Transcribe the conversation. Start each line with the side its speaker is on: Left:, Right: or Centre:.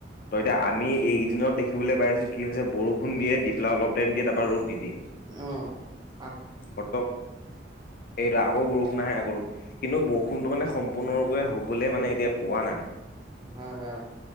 Left: তো এতিয়া আমি এইকেইদিনত দেখি দেখিবলৈ পাইছোঁ কি হৈছে বৰষুন দিয়ে দি পেলাই অলপটাইম দিয়ে টাপা ৰদ দি দিয়ে।
Right: অহ।
Left: বৰ্ত এইটো আকৌ বৰষুণাহে আগৰত। কিন্তু বৰষুণটো মানে সম্পূৰ্ণৰূপে হ'বলৈ মানে এতিয়া পোৱা নাই।
Right: হা হা